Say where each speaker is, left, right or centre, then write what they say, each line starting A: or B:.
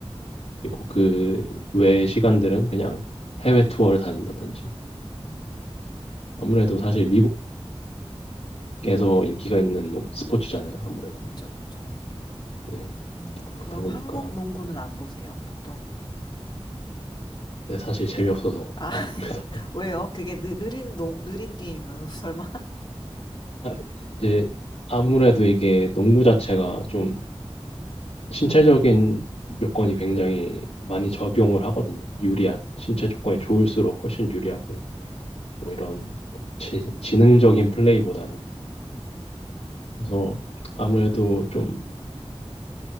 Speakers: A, on the left; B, on the left.
A: 그리고 그 외 시간들은 그냥 해외 투어를 다닌다든지
B: 음,
A: 아무래도 사실 미국에서 인기가 있는 농- 스포츠잖아요 아무래도
B: 그렇죠, 그렇죠.
A: 네
B: 음,
A: 그렇다
B: 그럼
A: 보니까
B: 한국 농구는 안 보세요, 보통?
A: 네, 사실 재미없어서
B: 아,
A: 안
B: <laughs>
A: 봅니다
B: 왜요? 그게 느, 느린, 농, 느린 게임인가요? <laughs> 설마?
A: <laughs> 아, 이제 아무래도 이게 농구 자체가 좀 신체적인 요건이 굉장히 많이 적용을 하거든요 유리한
B: 음,
A: 신체 조건이 좋을수록 훨씬 유리하고 뭐 이런 지, 지능적인 플레이보다는. 그래서 아무래도 좀